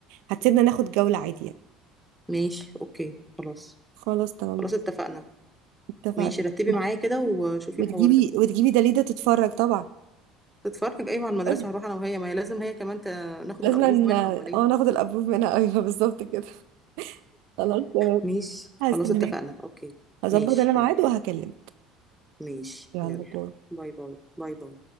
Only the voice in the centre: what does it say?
ماشي اوكي خلاص
خلاص اتفقنا
ماشي رتبي
معايا كده وشوفي
الحوار ده
تتفرج ايوه على المدرسه
هروح انا وهي ما هي لازم هي كمان ت... ناخد
الابروف
منها امال ايه
ماشي
خلاص اتفقنا اوكي
ماشي
يلا
ماشي
يلا
باي باي باي باي